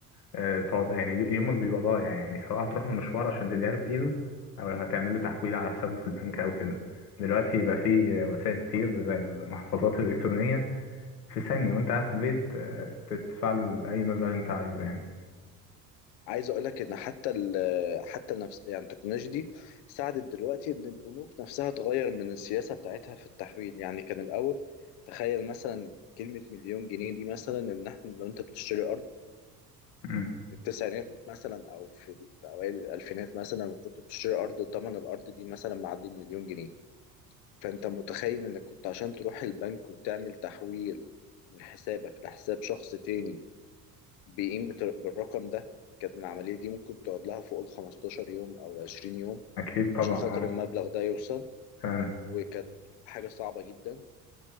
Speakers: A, on the left (about 80°); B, on the left (about 60°).
A: آه، تقعد يعني يومك بيبقى ضايع يعني سواء هتروح له مشوار عشان تديها له في ايده او هتعمل له تحويل على حسابه في البنك او كده دلوقتي بقى في وسائل كتير زي المحفظات الالكترونيه في ثانيه وانت قاعد في البيت آه، تدفع له اي مبلغ انت عايزه يعني
B: عايز اقول لك ان حتى ال حتى نفس يعني التكنولوجيا دي ساعدت دلوقتي ان البنوك نفسها تغير من السياسه بتاعتها في التحويل يعني كان الاول تخيل مثلا كلمه مليون جنيه دي مثلا ان احنا لو انت بتشتري
A: مم.
B: في التسعينات مثلا او في في اوائل الالفينات مثلا كنت بتشتري ارض وثمن الارض دي مثلا معدي المليون جنيه فانت متخيل انك كنت عشان تروح البنك وتعمل تحويل من حسابك لحساب شخص تاني بقيمة بالرقم ده كانت العملية دي ممكن تقعد لها فوق ال 15 يوم او ال 20 يوم
A: اكيد طبعا
B: عشان خاطر
A: اه
B: المبلغ ده يوصل
A: فعلا
B: وكانت حاجة صعبة جدا